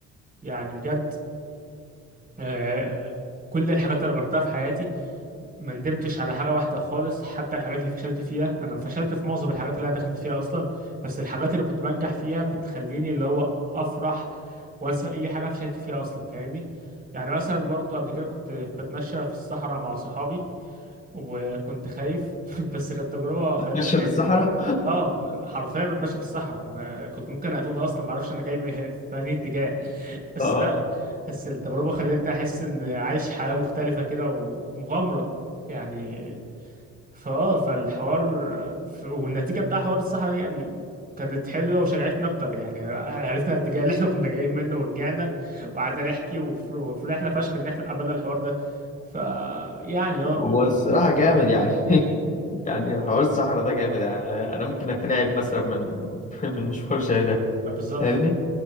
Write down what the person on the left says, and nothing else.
ماشيه بالصحراء
<laughs>
اه
والصراحه جامد يعني <laughs> يعني حوار الصحراء ده جامد يعني انا ممكن اترعب مثلا من <laughs> من مشوار زي ده
فاهمني